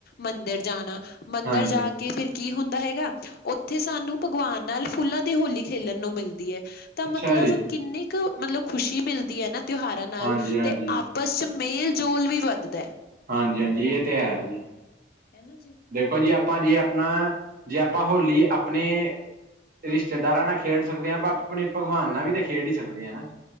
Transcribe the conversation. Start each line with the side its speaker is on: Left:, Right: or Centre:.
Left: ਮੰਦਿਰ ਜਾਣਾ। ਮੰਦਿਰ
Right: ਹਾਂਜੀ
Left: ਜਾ ਕੇ ਫਿਰ ਕੀ ਹੁੰਦਾ ਦਾ ਹੈਗਾ ਉੱਥੇ ਸਾਨੂੰ ਭਗਵਾਨ ਨਾਲ ਫੁੱਲਾਂ ਦੀ ਹੋਲੀ ਖੇਲਣ ਨੂੰ ਮਿਲਦੀ ਐ। ਤਾਂ
Right: ਅੱਛਾ
Left: ਮਤਲਬ
Right: ਜੀ
Left: ਕਿੰਨੀ ਕੁ ਮਤਲਬ ਖੁਸ਼ੀ ਮਿਲਦੀ ਐ ਨਾ, ਤਿਉਹਾਰਾਂ ਨਾਲ
Right: ਹਾਂਜੀ ਹਾਂਜੀ
Left: ਤੇ ਆਪਸ ਮੇਲ-ਜੋਲ ਵੀ ਵੱਧਦਾ।
Right: ਹਾਂਜੀ-ਹਾਂਜੀ, ਇਹ ਤੇ ਹੈ ਜੀ।
Left: ਹੈ ਨਾ ਜੀ,
Right: ਦੇਖੋ ਜੀ, ਆਪਾਂ ਜੇ ਆਪਣਾ ਜੇ ਆਪਾਂ ਹੋਲੀ ਆਪਣੇ ਰਿਸ਼ਤੇਦਾਰਾਂ ਨਾਲ ਖੇਡ ਸਕਦੇ ਆ, ਆਪਾਂ ਆਪਣੇ ਭਗਵਾਨ ਨਾਲ ਵੀ ਤਾਂ ਖੇਡ ਹੀ ਸਕਦੇ ਆ ਨਾ।